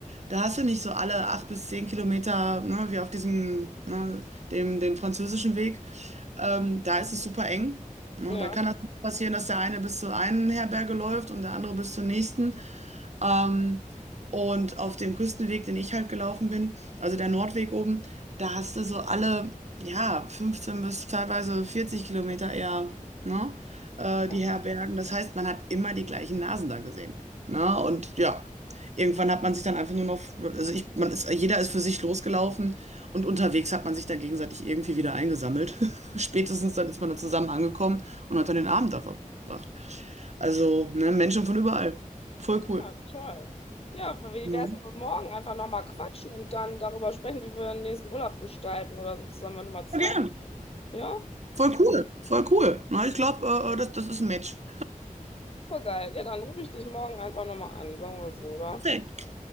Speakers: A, on the right; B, on the left.
A: da hast du nicht so alle acht bis zehn Kilometer, ne, wie auf diesem, ne, dem, dem französischen Weg. Ähm, da ist es super eng. Ne,
B: ja.
A: da kann das passieren, dass der eine bis zur einen Herberge läuft und der andere bis zur nächsten. Ähm, und auf dem Küstenweg, den ich halt gelaufen bin, also der Nordweg oben, da hast du so alle, ja, 15 bis teilweise 40 Kilometer eher, ne, äh,
B: Ja,
A: die Herbergen. Das heißt, man hat immer die gleichen Nasen da gesehen. Ne? Und ja, irgendwann hat man sich dann einfach nur noch, also ich, man ist, jeder ist für sich losgelaufen und unterwegs hat man sich dann gegenseitig irgendwie wieder eingesammelt. <laughs> Spätestens dann ist man dann zusammen angekommen und hat dann den Abend da verbracht. Also, ne, Menschen von überall. Voll cool.
B: ja, toll. Ja, wie
A: Ne?
B: wäre es, wenn wir morgen einfach nochmal quatschen und dann darüber sprechen, wie wir den nächsten Urlaub gestalten oder so zusammen, wenn du mal Zeit
A: Voll gern.
B: hast? Ja,
A: Voll cool. Voll cool. Na, ich glaube, äh, äh, das, das ist ein Match.
B: voll geil. Ja, dann rufe ich dich morgen einfach nochmal an, sagen wir so, oder?
A: Perfekt.